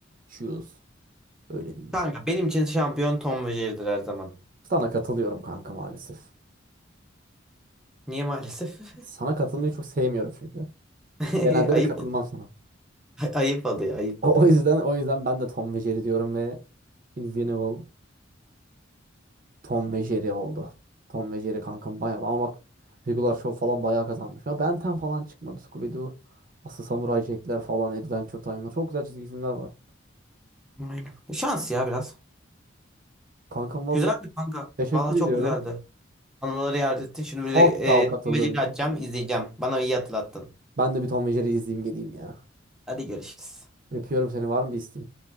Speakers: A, on the right (about 45°); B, in the centre.
A: Choose. Öyle değil.
B: Kanka benim için şampiyon Tom ve Jerry'dir her zaman.
A: Sana katılıyorum kanka maalesef.
B: Niye maalesef?
A: Sana katılmayı çok sevmiyorum çünkü.
B: <laughs>
A: Genelde
B: Ayıp
A: de katılmam
B: ol-
A: sana.
B: ayıp oluyor, ayıp
A: O,
B: oluyor.
A: o yüzden o yüzden ben de Tom ve Jerry diyorum ve Invincible Tom ve Jerry oldu. Tom ve Jerry kankam bayağı ama bak Regular Show falan bayağı kazanmış. Ya Ben 10 falan çıkmadı. Scooby-Doo, Aslı Samuray Jack'ler falan, Adventure Time'lar. Çok güzel çizgi filmler var.
B: Aynen. Bu şans ya biraz.
A: Kankam valla
B: Güzeldi kanka.
A: teşekkür
B: Valla çok
A: ediyorum.
B: güzeldi. Anıları yad ettin. Şimdi bir
A: Çok
B: de
A: sağ ol
B: e,
A: katıldığın
B: Tom ve Jerry
A: için.
B: açacağım, izleyeceğim. Bana iyi hatırlattın.
A: Ben de bir Tom ve Jerry izleyeyim geleyim ya.
B: Hadi görüşürüz.
A: Öpüyorum seni. Var mı bir isteğin?